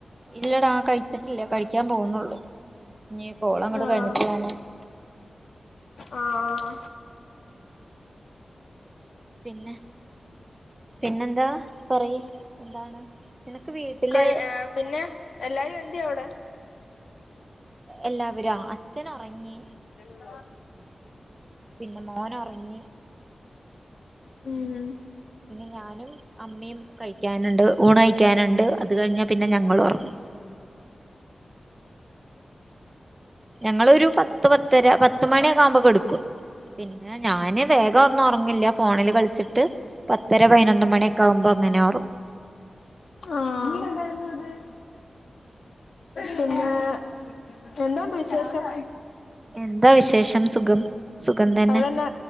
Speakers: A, on the right (about 25°); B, on the left (about 80°).
A: ഇല്ലടാ കഴിച്ചിട്ടില്ല കഴിക്കാൻ പോവുന്നൊള്ളൂ ഇനി കോള് അങ്ങോട്ട്
B: ആഹ്
A: കഴിഞ്ഞിട്ട് ഞാന്
B: ആ ആ
A: പിന്നെ പിന്നെന്താ പറയ് എന്താണ്? നിനക്ക് വീട്ടില്
B: കൈ ഏഹ് പിന്നെ എല്ലാരും എന്തിയെ അവിടെ
A: എല്ലാവരോ, അച്ഛൻ ഉറങ്ങി
B: ഉം
A: പിന്നെ മോൻ ഒറങ്ങി
B: ഉം
A: ഇനി ഞാൻ ഞാനും അമ്മയും കഴിക്കാനുണ്ട് ഊണ് കഴിക്കാനുണ്ട് അത് കഴിഞ്ഞാ പിന്നെ ഞങ്ങളും ഒറങ്ങും. ഞങ്ങളൊരു പത്ത് പത്തര പത്ത് മണിയൊക്കെ ആവുമ്പോ കിടക്കും പിന്നെ ഞാന് വേഗം ഒന്നും ഉറങ്ങില്ല ഫോണില് കളിച്ചിട്ട് പത്തര പയിനൊന്ന് മണിയൊക്കെ ആകുമ്പോ അങ്ങനെ ഉറങ്ങും
B: ആഹ് പിന്നെ എന്തോണ്ട് വിശേഷം?
A: എന്താ വിശേഷം സുഖം. സുഖം തന്നെ
B: അവിടെന്നാ